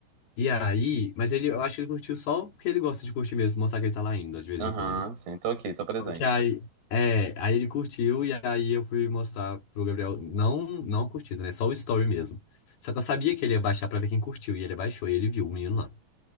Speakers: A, on the left; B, on the right.
A: E aí, mas ele, eu acho que ele curtiu só porque ele gosta de curtir mesmo, mostrar que ele tá lá indo, de vez
B: Aham,
A: em quando.
B: sim, tô aqui, tô presente.
A: Só que aí, é, aí ele curtiu e aí eu fui mostrar pro Gabriel, não, não curtido, né? Só o story mesmo. Só que eu sabia que ele ia baixar pra ver quem curtiu, e ele baixou, e ele viu o menino lá.